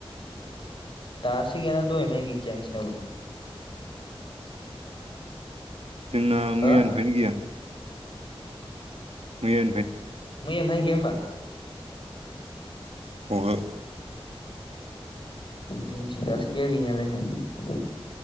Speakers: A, on the left; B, on the right.
A: दासो गैयाना दहायनिफ्राय गैखाया नोंसिनियावबो
B: जोंना
A: हो
B: मैयानिफ्रायनो गैया। मैया
A: मैयानिफ्रायनो गैया होमबा
B: अहो
A: जोंथिं दासो गैया गैनायालाइ नै